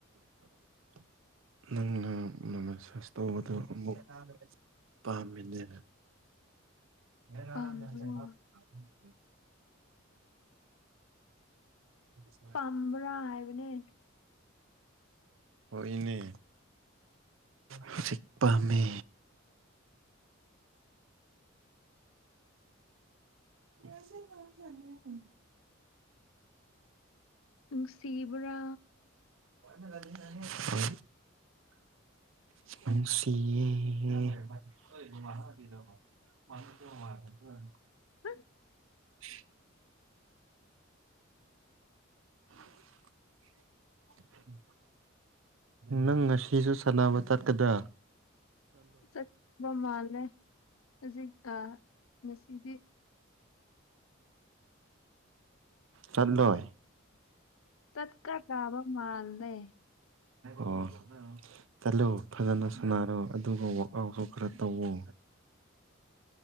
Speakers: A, on the right; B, on the left.
A: <unintelligible> ꯅꯪꯅ ꯃꯦꯁꯥꯁ ꯇꯧꯕꯗꯨ ꯑꯃꯨꯛ ꯄꯥꯝꯃꯤꯅꯦ UNINTELLIGIBLE
B: ꯄꯥꯝꯕ꯭ꯔꯥ
A: ꯀꯔꯤ UNINTELLIGIBLE
B: ꯄꯝ꯭ꯕꯔꯥ ꯍꯥꯏꯕꯅꯦ
A: ꯍꯣꯏ ꯏꯅꯦ ꯍꯧꯖꯤꯛ ꯄꯥꯝꯃꯤ UNINTELLIGIBLE
B: ꯅꯨꯡꯁꯤꯕ꯭ꯔꯥ
A: UNINTELLIGIBLE ꯍꫭꯏ ꯅꯨꯡꯁꯤꯌꯦ UNINTELLIGIBLE UNINTELLIGIBLE
B: UNINTELLIGIBLE
A: <inaudible> <inaudible> ꯅꯪ ꯉꯁꯤꯁꯨ ꯁꯥꯟꯅꯕ ꯆꯠꯀꯗ꯭ꯔ
B: ꯆꯠꯄ ꯃꯥꯜꯂꯦ ꯍꯧꯖꯤꯛ ꯉꯁꯤꯗꯤ
A: ꯆꯠꯂꯣꯏ
B: ꯆꯠꯀꯗꯥꯕ ꯃꯥꯥꯟꯗꯦ
A: ꯑꯣ ꯆꯠꯂꯨ ꯐꯖꯅ ꯁꯅꯔꯣ ꯑꯗꯨꯒ ꯋꯥꯛ ꯑꯥꯎꯠꯁꯨ ꯈꯔ ꯇꯧꯋ